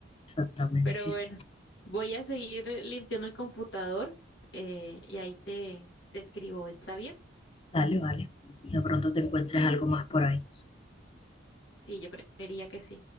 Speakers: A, on the left; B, on the left.
A: Exactamente.
B: Pero bueno, voy a seguir limpiando el computador eh, y ahí te, te escribo. ¿Está bien?
A: Dale, vale. De pronto te encuentres algo más por ahí.
B: Sí, yo creería que sí.